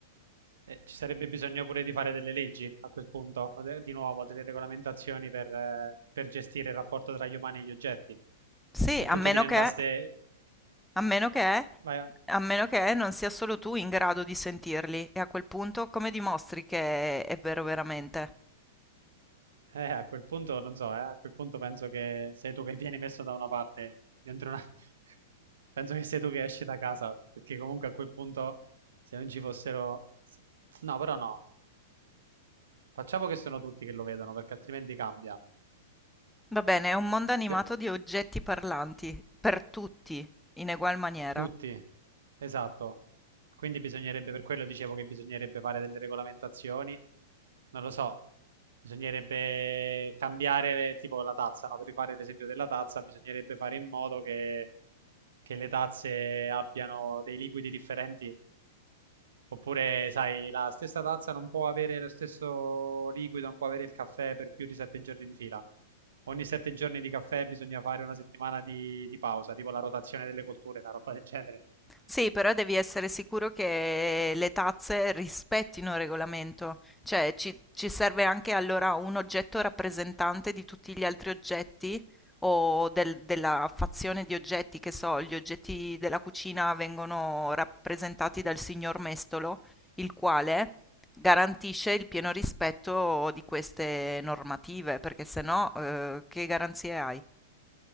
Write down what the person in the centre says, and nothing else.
Sì,
a
meno
che, a meno
che,
a meno che non sia solo tu in grado di sentirli, e a quel punto come dimostri che è vero veramente?
Va bene, è un mondo animato
di oggetti parlanti, per tutti, in egual maniera.
Sì, però devi essere sicuro che le tazze rispettino il regolamento, cioè ci, ci serve anche allora un oggetto rappresentante di tutti gli altri oggetti o del- della fazione di oggetti, che so, gli oggetti della cucina vengono rappresentati dal signor Mestolo, il quale garantisce il pieno rispetto di queste normative, perché se no, eh, che garanzie hai?